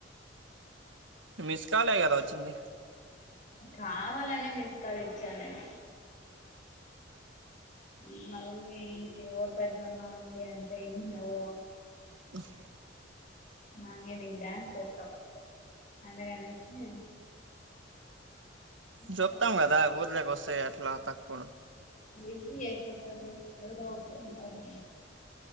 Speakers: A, on the right; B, on the left.
A: మస్ కాల్ గదా వచ్చింది.
B: కావాలనే మిస్కల్ ఇచ్చా నేను ఈ మళ్ళీ ఇంక ఎవర్ పైసలు ఉన్నా ఉంది అంటే ఇనః ఓ
A: ఓహ్
B: నా మీదా డన్స్ చేస్తావ్ అందగానేసి <unintelligible>
A: జేప్తాం
B: కాల్
A: గదా ఊర్లకొస్తే అట్లా తక్కువ
B: విసి అయిపోతాడు ఎవరో ఒక్కడు ఉంటారు.